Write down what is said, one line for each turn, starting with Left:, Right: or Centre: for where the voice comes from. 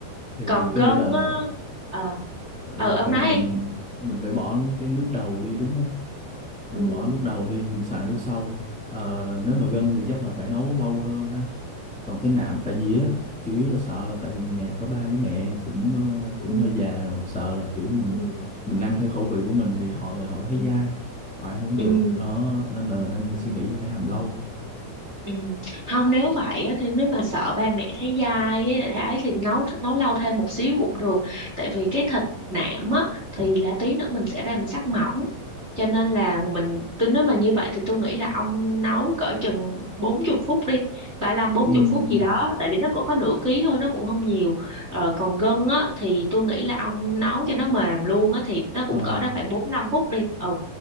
Centre: thì
Right: còn
Centre: có
Right: gân
Centre: nghĩa là
Right: á ờ
Centre: là
Right: ờ ông
Centre: phải
Right: nói
Centre: mình
Right: đi
Centre: mình phải bỏ cái nước đầu đi đúng không
Right: ừ
Centre: mình bỏ nước đầu đi mình xài nước sau ờ, nếu mà gân thì chắc là phải nấu lâu hơn ha còn cái nạm tại vì á chủ yếu là sợ là tại vì nhà có ba với mẹ cũng ờ,
Right: ừ
Centre: cũng hơi già rồi sợ là kiểu mình
Right: ừ
Centre: mình ăn theo khẩu vị của mình thì họ là họ thấy
Right: ừ
Centre: dai họ ăn không
Right: ừ
Centre: được đó nên là đang
Right: ừ
Centre: suy nghĩ là phải hầm lâu
Right: Ừ. Không nếu vậy á, thì nếu mà sợ ba mẹ thấy dai với lại thấy ấy thì nấu nấu lâu thêm một xíu cũng được tại vì cái thịt nạm á thì là tí nữa mình sẽ ra mình sắc mỏng cho nên là mình tính nếu mà như vậy thì tôi nghĩ là ông nấu cỡ chừng 40 phút đi ba lăm bốn
Centre: ừ
Right: 40 phút
Centre: ừ
Right: gì đó tại vì nó cũng có nửa ký thôi nó cũng không nhiều ờ, còn gân á thì tôi nghĩ là ông nấu cho nó mềm luôn á thì nó cũng
Centre: ờ
Right: cỡ đó khoảng 45 phút đi ừ